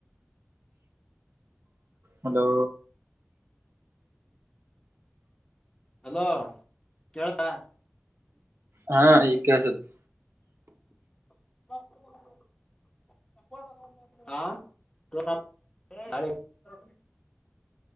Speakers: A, on the right; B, on the left.
A: ಹಲೋ
B: ಹಲೋ ಕೇಳ್ತಾ
A: ಹಾ ಈಗ ಕೇಳಿಸುತ್ತಾ
B: ಹಾ ಪ್ರ ಹ